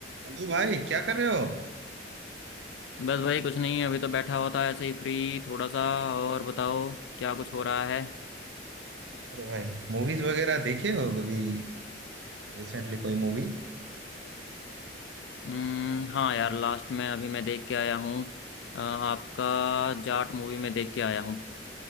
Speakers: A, on the right; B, on the left.
A: Hello भाई क्या कर रहे हो
B: बस भाई कुछ नहीं अभी तो बैठा हुआ था ऐसे ही फ्री थोड़ा सा और बताओ क्या कुछ हो रहा है
A: अरे भाई मूवीज वगैरह देखे हो कभी रिसेंटली कोई मूवी
B: हम्म हाँ यार लास्ट में अभी मैं देख के आया हूँ अ, आपका जाट मूवी में देख के आया हूँ